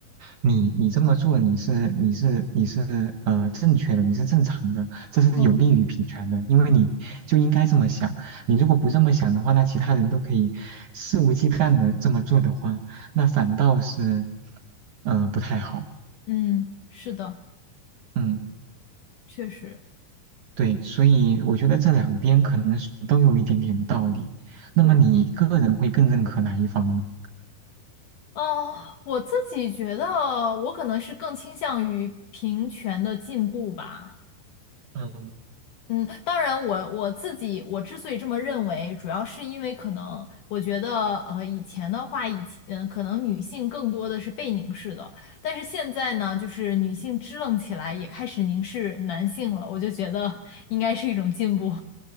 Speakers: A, on the right; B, on the left.
A: 你你这么做，你是你是你是呃正确的，你是正常的，这是有利于平权的，
B: 嗯，
A: 因为你就应该这么想。你如果不这么想的话，那其他人都可以肆无忌惮的这么做的话，那反倒是呃不太好。
B: 嗯，是的，
A: 嗯，
B: 确实。
A: 对，所以我觉得这两边可能是都有一点点道理。那么你个人会更认可哪一方呢？
B: 对，哦，我自己觉得我可能是更倾向于平权的进步吧。
A: 嗯
B: 嗯，当然我，我自己我之所以这么认为，主要是因为可能我觉得，呃，以前的话，以前嗯可能女性更多的是被凝视的，但是现在呢，就是女性支棱起来，也开始凝视男性了，我就觉得应该是一种进步。